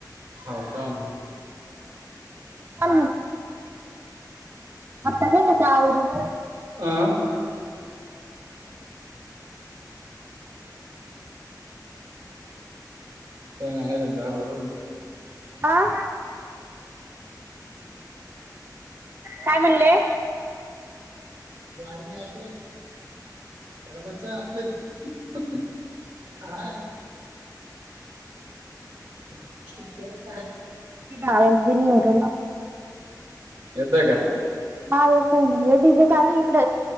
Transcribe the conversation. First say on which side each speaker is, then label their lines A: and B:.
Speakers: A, on the right; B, on the right.
A: हाव का.
B: आता नाघायच आवरुन.
A: आं. हो नंत आबो <unintelligible>
B: हा काय म्हणले.
A: आपलं बरोबरच आपल्या <unintelligible> हा. <inaudible>
B: आवाज बी नाही येऊन राहिला.
A: येतोय का?
B: हा येतोय ना, हे डिजे चालूय इकड.